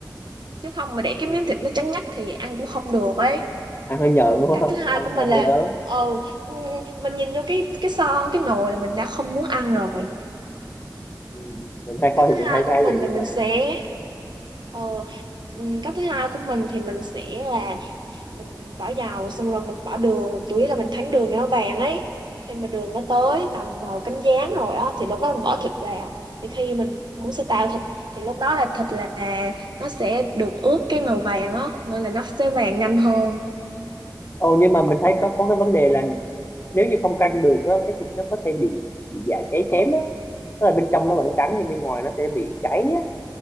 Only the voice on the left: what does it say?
ừ.
ăn hơi nhợn
đúng
không
ăn
là
hơi ớn
ừ. mình hay
kho thịt
mình hay hay
bị
như
vậy
á
ồ nhưng mà mình thấy có có cái vấn đề là nếu như không canh được á cái thịt nó có thể bị bị dạ cháy xém á tức là bên trong nó vẫn trắng nhưng bên ngoài nó sẽ bị cháy á